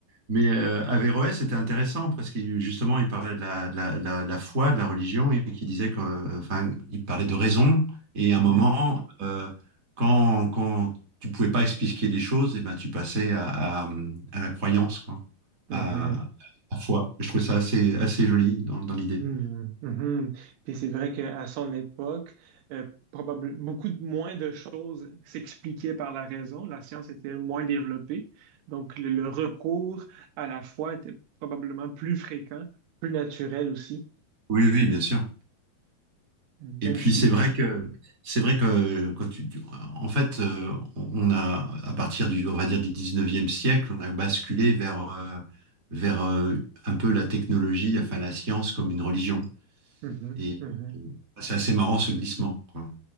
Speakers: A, on the right (about 35°); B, on the right (about 90°).
A: mais euh, Averroès, c'était intéressant parce que justement, il parlait de la, de la, de la, de la foi, de la religion, et qui disait que, euh, enfin, il parlait de raison. Et à
B: Mhm.
A: un moment, euh, quand, quand tu pouvais pas expliquer des choses, et ben, tu passais à, à, à la croyance, quoi,
B: Mhm.
A: à, à la foi. Je trouve ça assez, assez joli dans, dans l'idée.
B: Mhm, mhm. Puis c'est vrai qu'à son époque, euh, probable- beaucoup de- moins de choses s'expliquaient par la raison. La science était moins développée. Donc, le, le recours à la foi était probablement plus fréquent, plus naturel aussi,
A: Oui, oui, bien sûr.
B: même
A: Et puis
B: si...
A: c'est vrai que c'est vrai que quand tu, tu- en fait euh, on on a à partir du on va dire du 19e siècle, on a basculé vers euh, vers euh, un peu la technologie, enfin la science comme une religion.
B: Mhm,
A: Et
B: mhm.
A: euh, c'est assez marrant ce glissement, quoi.